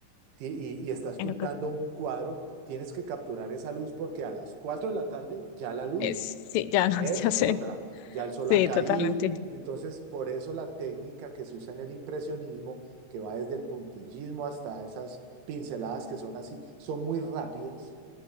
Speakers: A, on the right; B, on the left.
A: y, y estás pintando
B: en lo que
A: un cuadro, tienes que capturar esa luz porque a las 4 de la tarde ya la luz
B: es, sí, ya, <laughs> no,
A: es
B: ya sé,
A: otra, ya el sol
B: sí,
A: ha caído.
B: totalmente,
A: Entonces, por eso la técnica que se usa en el impresionismo, que va desde el puntillismo hasta esas pinceladas que son así, son muy rápidas